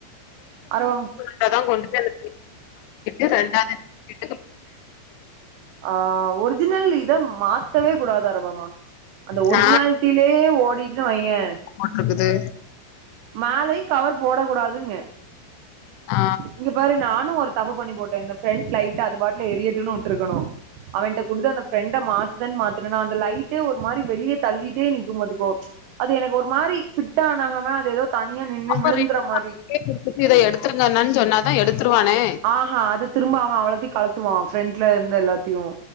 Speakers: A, on the right; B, on the left.
A: அறவோ
B: இப்பதா கொண்டு போய் அந்த <inaudible> ரெண்டாது <inaudible>
A: ஆ ஒரிஜினல் இத மாத்தவே கூடாது அரபமா. அந்த ஒரிஜினால்ட்டிலியே
B: நா
A: ஓடிட்னு வெய்யே
B: மாட்ருக்குது.
A: மேலயி கவர் போட கூடாதுங்கே.
B: ஆ
A: இங்க பாரு நானு ஒரு தப்பு பண்ணி போட்டே. இந்த ஃப்ரண்ட் லைட் அது பாட்ல எரியட்டுன் உட்ருக்கணு. அவய்ங்க்ட்ட குடுத்து அந்த ஃப்ரெண்ட மாத்துதன் மாத்துனனா அந்த லை ட்டு ஒரு மாரி வெளிய தள்ளிட்டே நிக்கும் பாத்துக்கோ அது எனக் ஒரு மாரி ஃபிட் ஆனாகாம எதோ தனியா நின்னு
B: அப்ப
A: விழுந்துற மாரி
B: <inaudible> இத எடுத்திருங்கண்ணாண் சொன்னாதா எடுத்துருவானே.
A: ஆஹா அத திரும்ப அவ அவ்ளத்தையு களத்துவா ஃப்ரெண்ட்ல இருந்து எல்லாத்தியு.